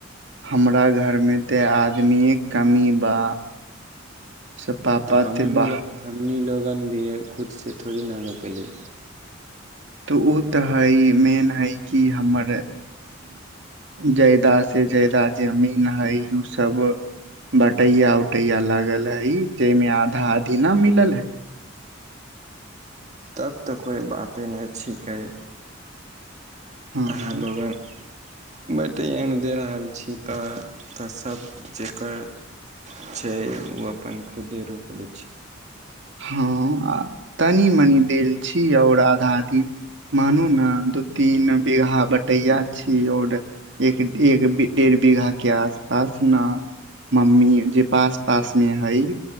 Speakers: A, on the right; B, on the right.
A: हमरा घरमे तऽ आदमिए कमी बा सब पापा
B: तऽ हमनी
A: ते बाह
B: लोग हमनी लोगनभी खुद से थोड़ी न रोपली
A: तऽ ओ तऽ हइ मेन हइ कि हमर जायदा से जायदा जे अमीन हइ ओ सब बट टैया उटैया लागल हई जाहिमे आधा आधी ना मिलल हई।
B: तब तऽ कोइ बाते नहि छिकै।
A: हाँ
B: अहाॅं लोगा माटिये मे द रहल छी तऽ तऽ सभ जेकरा छै ओ अपन खुदे रोपिलै छै।
A: हूं तनी मनि देल छी आऔर आधाआधी मानू ना दू तीन बीघा बटैया छी आऔर एक डेढ डेढ़ बीघा के आसपास ना मम्मी जे पास पास में हई